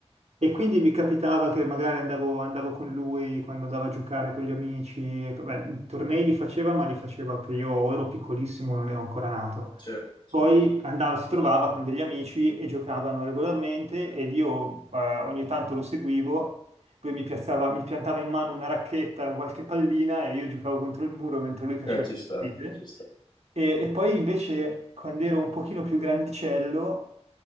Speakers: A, on the right (about 75°); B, on the left (about 45°).
A: e quindi mi capitava che magari andavo, andavo con lui quando andavo a giocare con gli amici, e, vabbè, i tornei li faceva, ma li faceva che io o ero piccolissimo, o non ero ancora nato.
B: Sì, sì.
A: Poi andava, si trovava con degli amici e giocavano regolarmente ed io eh, ogni tanto lo seguivo lui mi piazzava- mi piantava in mano una racchetta, qualche pallina e io giocavo contro il muro mentre lui faceva
B: Eh, ci
A: le
B: sta,
A: partite.
B: ci sta.
A: E, e poi invece quando ero un pochino più grandicello,